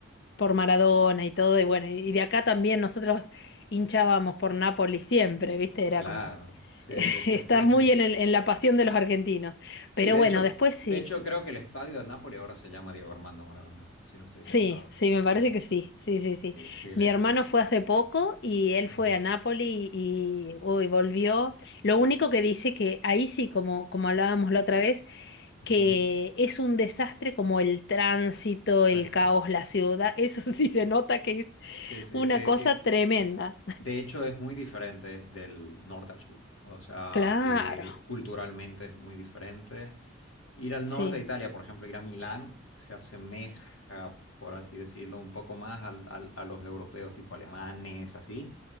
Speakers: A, on the left; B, on the left.
A: por Maradona y todo, y bueno, y de acá también nosotros hinchábamos por Nápoli siempre, ¿viste? Era
B: claro,
A: como,
B: sí,
A: <laughs>
B: sí, sí,
A: está
B: sí,
A: muy
B: sí.
A: en el- en la pasión de los argentinos.
B: Sí,
A: Pero
B: de
A: bueno,
B: hecho,
A: después sí.
B: de hecho, creo que el estadio del Napoli ahora se llama Diego Armando Maradona, si no estoy equivocado.
A: Sí, sí,
B: Sí,
A: me parece que sí, sí, sí, sí.
B: eh, sí, le,
A: Mi hermano
B: le-
A: fue hace poco y él
B: ujú,
A: fue a Nápoli y uy, volvió. Lo único que dice que ahí sí, como, como hablábamos la otra vez,
B: ujú,
A: que es un desastre como el tránsito, el
B: Exacto.
A: caos, la ciudad. <laughs> Eso sí se nota que es
B: Sí, sí.
A: una
B: eh, eh,
A: cosa tremenda.
B: de hecho, es muy diferente del norte al sur. O sea,
A: Claro,
B: eh, culturalmente es muy diferente. Ir al
A: sí,
B: norte de Italia, por ejemplo, ir a Milán, se asemeja, por así decirlo, un poco más al- al- a los europeos, tipo alemanes, así.